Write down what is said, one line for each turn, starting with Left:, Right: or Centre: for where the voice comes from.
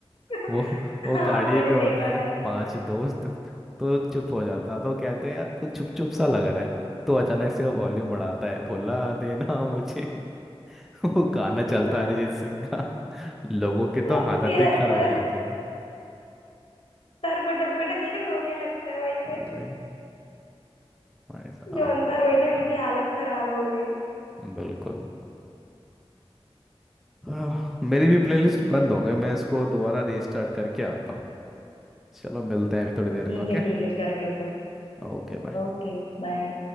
Left: <laughs>
Centre: वो वो
Left: हाँ
Centre: गाड़ी
Left: मैंने
Centre: में होता
Left: देखा
Centre: है
Left: था
Centre: पांच दोस्त तो चुप हो जाता तो कहते हैं यार तो चुप चुप सा लग रहा है तो अचानक से वो वॉल्यूम बढ़ाता है भुला देना मुझे <laughs> वो गाना चलता
Left: वो
Centre: है अरिजीत सिंह का <laughs> लोगों की तो
Left: पूरा
Centre: हालत ही खराब
Left: पूरा
Centre: हो जाती
Left: सर पटक पटक के रोने लगता है वहीं पे
Centre: वही भाई साहब
Left: जो अंदर बैठे
Centre: अपना
Left: उनकी हालत खराब हो गई
Centre: बिल्कुल हाँ, मेरी भी प्लेलिस्ट बंद हो गई मैं इसको दोबारा रीस्टार्ट करके आता हूँ चलो मिलते हैं अभी थोड़ी देर
Left: ठीक
Centre: में ओके
Left: है ठीक है कर लो तुम
Centre: Okay bye
Left: Okay bye